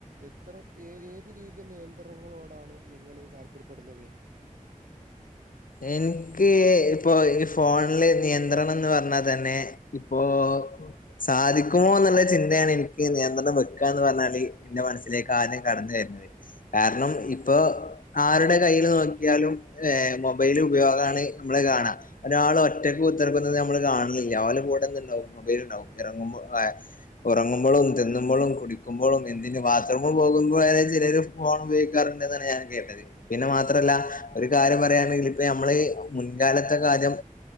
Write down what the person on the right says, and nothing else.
എത്ര രീതിയിൽ നിയന്ത്രണങ്ങളോടാണ് നിങ്ങൾ താല്പര്യപ്പെടുന്നത്